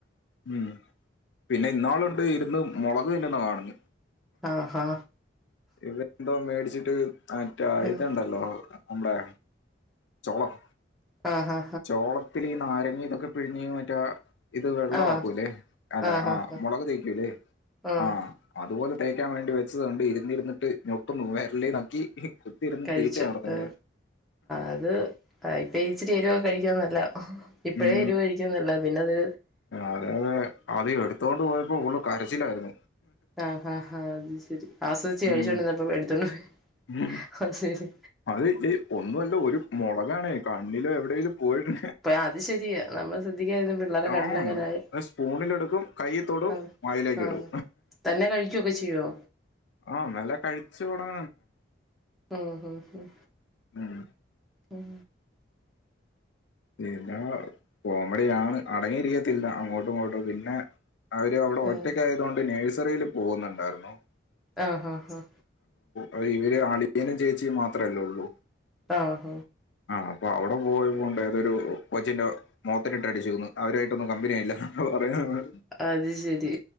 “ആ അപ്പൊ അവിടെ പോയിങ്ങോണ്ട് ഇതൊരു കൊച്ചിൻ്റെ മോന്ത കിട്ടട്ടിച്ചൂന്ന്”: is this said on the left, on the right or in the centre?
Left